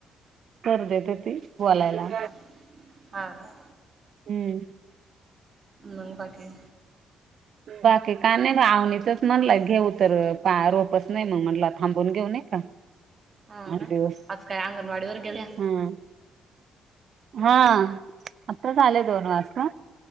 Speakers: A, on the right (about 60°); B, on the right (about 35°).
A: सर देतात ते बोलायला.
B: हा हा ना,
A: हम्म.
B: मग बाकीे.
A: बाकी का नाही ग आवणीचच म्हणला घेऊ तर. पा रोपच नाही मग म्हटलं थांबवून घेऊ न‌ई का?
B: हाव
A: आठ
B: ना
A: दिवस
B: आज काय अंगनवाडी वर गेल्या
A: हम्म हा आताच आले दोन वाजता.